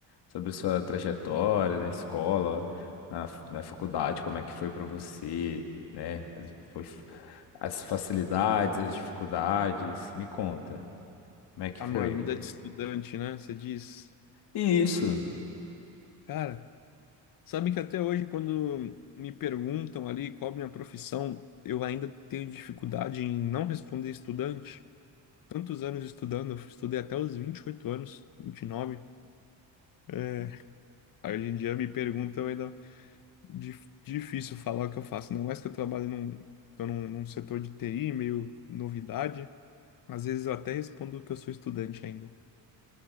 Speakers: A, on the left; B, on the left.
A: sobre sua trajetória na escola, na, f- na faculdade, como é que foi para você, né? As, foi, f- as facilidades, as dificuldades. Me conta, como é que
B: A
A: foi?
B: minha vida de estudante, né? Você diz.
A: E isso,
B: Cara, sabe que até hoje, quando me perguntam ali qual a minha profissão, eu ainda tenho dificuldade em não responder estudante. Tantos anos estudando, eu estudei até os 28 anos, 29. É, aí hoje em dia me perguntam ainda dif- difícil falar o que eu faço. Não mais que eu trabalho num, tô num, num setor de TI, meio novidade. Às vezes eu até respondo que eu sou estudante ainda.